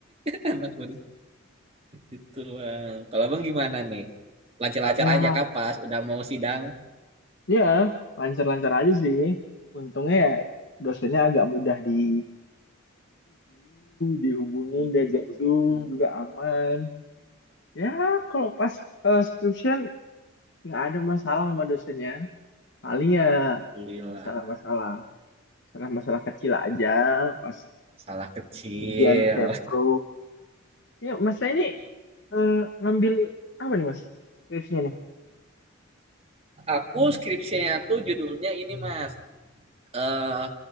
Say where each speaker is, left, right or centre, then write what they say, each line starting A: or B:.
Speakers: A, on the right; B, on the left.
A: <laughs> anak murid itu bang kalau bang gimana nih lancar-lancar
B: Ya,
A: aja kah pas udah mau sidang
B: ya lancar-lancar aja sih. Untungnya ya dosennya agak mudah dituju, dihubungin,
A: Waduh,
B: diajak Zoom
A: hmm,
B: juga aman. Ya, kalau pas eh, skripsian nggak ada masalah sama dosennya. Paling ya
A: alhamdulillah
B: masalah-masalah. masalah-masalah kecil aja pas
A: masalah kecil
B: ujian sempro ya mas saya
A: <laughs>
B: ini eh, ngambil apa nih mas skripsinya nih
A: aku skripsinya tuh judulnya ini mas eh